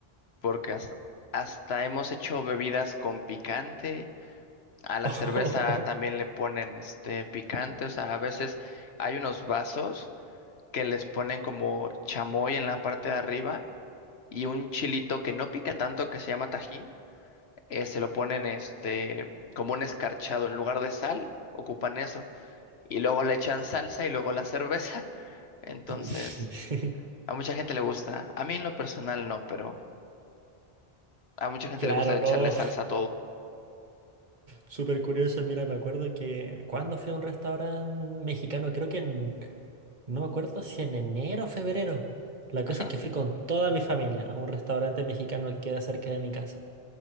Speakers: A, on the left (about 85°); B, on the right (about 50°).
A: porque hasta, hasta hemos hecho bebidas con picante, a la
B: <laughs>
A: cerveza también le ponen este picante, o sea, a veces hay unos vasos que les ponen como chamoy en la parte de arriba y un chilito que no pica tanto que se llama tajín, eh, se lo ponen este como un escarchado en lugar de sal, ocupan eso y luego le echan salsa y luego la cerveza. Entonces,
B: <laughs>
A: a mucha gente le gusta. A mí en lo personal no, pero a mucha gente
B: Claro,
A: le gusta echarle
B: no.
A: salsa a todo.
B: Súper curioso. Mira, me acuerdo que cuando fui a un restaurante mexicano, creo que en, no me acuerdo si en enero o febrero. La cosa
A: Ajá,
B: es que fui con toda mi familia a un restaurante mexicano que queda cerca de mi casa.